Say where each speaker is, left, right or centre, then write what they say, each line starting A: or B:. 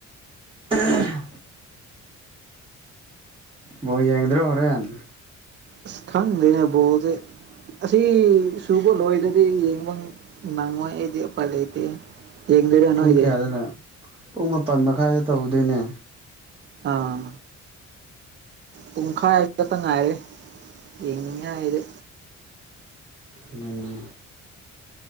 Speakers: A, on the right; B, on the right.
A: <unintelligible> ꯕꯣ ꯌꯥꯡꯒꯗ꯭ꯔꯣ ꯍꯣꯔꯦꯟ
B: ꯑꯁ ꯈꯪꯗꯦꯅꯦ ꯕꯣꯜꯖꯤ ꯑꯁꯤ ꯁꯨꯕ ꯂꯣꯏꯗ꯭ꯔꯗꯤ ꯌꯦꯡꯕ ꯅꯪꯉꯣꯏ ꯑꯩꯗꯤ ꯎꯄꯥꯏ ꯂꯩꯇꯦ ꯌꯦꯡꯗꯣꯏꯔꯥ
A: ꯄꯨꯡ
B: ꯅꯣꯏꯗꯤ
A: ꯀꯌꯥꯗꯅꯣ ꯄꯨꯡ ꯃꯥꯄꯥꯟ ꯃꯈꯥꯏꯗ ꯇꯧꯗꯣꯏꯅꯦ
B: ꯑꯥ ꯄꯨꯡꯈꯥꯏ ꯈꯛꯇ ꯉꯥꯏꯔꯦ ꯌꯦꯡꯅꯤꯡꯉꯥꯏ ꯔꯦ
A: ꯑꯗꯨꯅꯤ